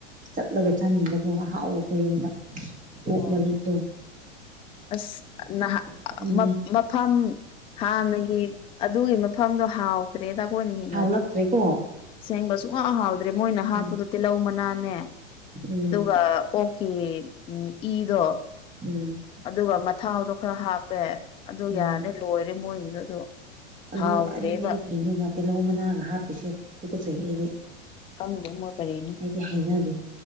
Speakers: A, on the right; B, on the left.
A: ꯆꯠꯂꯒ ꯆꯥꯅꯤꯡꯕꯀꯣ ꯑꯍꯥꯎꯕꯀꯣ ꯌꯨꯝꯗ ꯑꯣꯛ
B: ꯑꯣ
A: ꯃꯔꯤꯗꯣ꯫
B: ꯑꯁ ꯅꯍ ꯃꯞ
A: ꯆꯠꯅꯤꯡꯉꯦ
B: ꯃꯞ꯫ ꯃꯐꯝ ꯍꯥꯟꯅꯒꯤ ꯑꯗꯨꯒꯤ ꯃꯐꯝꯗꯣ ꯍꯥꯎ꯫ ꯇꯔꯦꯗ ꯀꯣꯅꯤ ꯏꯅ꯫
A: ꯍꯥꯎꯂꯛꯇ꯭ꯔꯦꯀꯣ
B: ꯁꯦꯡꯕ ꯁꯨꯡꯍꯥꯎ ꯍꯥꯎꯗ꯭ꯔꯦ ꯃꯣꯏꯅ ꯍꯥꯞꯄꯗꯣ
A: ꯎꯝ
B: ꯇꯤꯜꯍꯧ ꯃꯅꯥꯅꯦ
A: ꯎꯝ
B: ꯑꯗꯨꯒ꯫ ꯑꯣꯛꯀꯤ ꯏꯗꯣ꯫
A: ꯎꯝ꯫
B: ꯑꯗꯨꯒ ꯃꯊꯥꯎꯗꯣ ꯈꯔ ꯍꯥꯞꯄꯦ ꯑꯗꯨ
A: ꯎꯝ
B: ꯌꯥꯔꯦ ꯂꯣꯏꯔꯦ ꯃꯣꯏꯒꯤꯗꯣ ꯑꯗꯣ꯫
A: ꯑꯗꯨ
B: ꯍꯥꯎꯗ꯭ꯔꯦꯕ
A: ꯑꯩꯗꯤ ꯀꯩꯅꯣꯕ ꯇꯤꯍꯧ ꯃꯅꯥꯒ ꯍꯥꯞꯄꯤꯁꯦ ꯇꯨ ꯀꯠꯆꯩ ꯑꯩꯗꯤ꯫
B: ꯈꯪꯗꯦ ꯃꯣꯏ꯫ ꯀꯔꯤꯅꯣ
A: ꯑꯩꯗꯤ ꯍꯩꯅꯗꯦ꯫